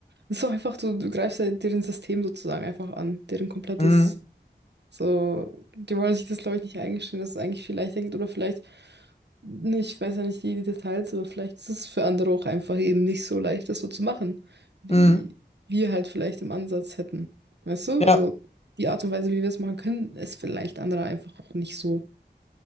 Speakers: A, on the right; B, on the left.
A: es ist auch einfach, du, du greifst ja deren System sozusagen einfach an, deren komplettes,
B: Mm,
A: so, die wollen sich das, glaube ich, nicht eingestehen, dass es eigentlich viel leichter geht oder vielleicht, nicht, ich weiß ja nicht die Details, aber vielleicht ist es für andere auch einfach eben nicht so leicht, das so zu machen, wie
B: mm,
A: wir halt vielleicht im Ansatz hätten. Weißt du?
B: ja,
A: Also die Art und Weise, wie wir es machen können, ist vielleicht andere einfach auch nicht so.